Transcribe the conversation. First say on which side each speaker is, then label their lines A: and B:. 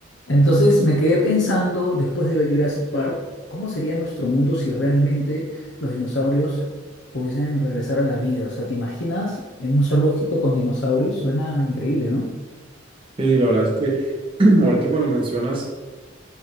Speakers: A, on the left; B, on the right.
A: Entonces me quedé pensando, después de ver Jurassic Park, ¿cómo sería nuestro mundo si realmente los dinosaurios pudiesen regresar a la vida? O sea, ¿te imaginas en un zoológico con dinosaurios? Suena increíble, ¿no?
B: Sí, la verdad es que <clears throat> ahorita como lo mencionas,